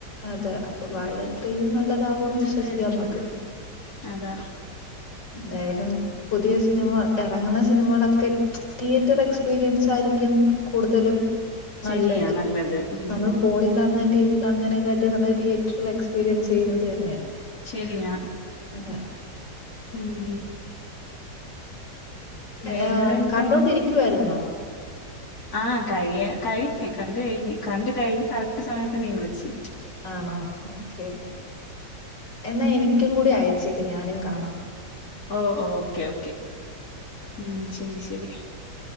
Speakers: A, on the left; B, on the left.
A: അതെ അപ്പൊ വാഴ ത്രീയും നല്ലതാവുമെന്ന് വിശ്വസിക്കാം
B: നല്ലയായിരിക്കും
A: നമുക്ക്
B: ഉം അതാ
A: എന്തായാലും പുതിയ സിനിമ എറങ്ങുന്ന സിനിമകളൊക്കെ തിയേറ്റർ എക്സ്പീരിയൻസ് ആയിരിക്കും കൂടുതലും
B: ശരിയാ
A: നല്ലത്
B: ഉം
A: നമ്മള് ഫോണി കാണുന്നേ ടി വി കാണുന്നതിനെക്കാട്ടി നല്ലത് തിയേറ്റർ എക്സ്പീരിയൻസ് ചെയ്യുന്നത് തന്നെയാ
B: ശരിയാ
A: അതെ
B: മ്
A: ഏഹ്
B: വേറെ എന്തോ
A: കണ്ടോണ്ടിരിക്കുവാരുന്നോ <unintelligible>
B: ആഹ് കഴിയ കഴിഞ്ഞു കണ്ട് കഴിഞ്ഞ് കണ്ട് കഴിഞ്ഞ് കറക്റ്റ് സമയായപ്പ നീ വിളിച്ചി
A: ആണോ ഓക്കെ എന്നാ എനിക്കും കൂടി അയച്ചേക്ക് ഞാനും കാണാം
B: ഓ ഓ ഓക്കെ ഓക്കെ, മ്മ്. ശരി ശരി.